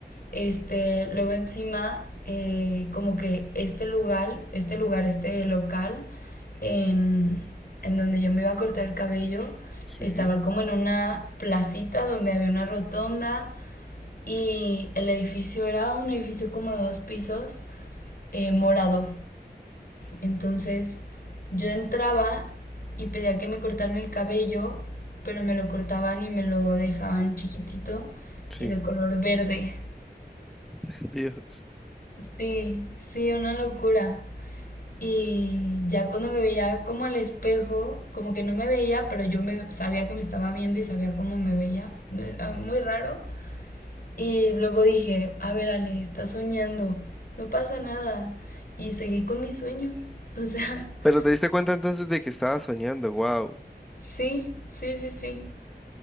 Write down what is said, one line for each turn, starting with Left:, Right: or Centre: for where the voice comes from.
Left: Este, luego encima, eh, como que este lugar, este lugar, este local, en, en donde yo me iba a cortar el cabello,
Centre: Sí,
Left: estaba como en una placita donde había una rotonda y el edificio era un edificio como de dos pisos, eh, morado. Entonces yo entraba y pedía que me cortaran el cabello, pero me lo cortaban y me lo dejaban chiquitito
Centre: sí.
Left: y de color verde.
Centre: <laughs> Dios.
Left: Sí, sí, una locura. Y ya cuando me veía como al espejo, como que no me veía, pero yo me sabía que me estaba viendo y sabía cómo me veía. Eh, ah, Muy raro. Y luego dije, a ver, Ale, estás soñando, no pasa nada. Y seguí con mi sueño. O sea, <laughs>
Centre: Pero te diste cuenta entonces de que estabas soñando, wow.
Left: Sí, sí, sí, sí.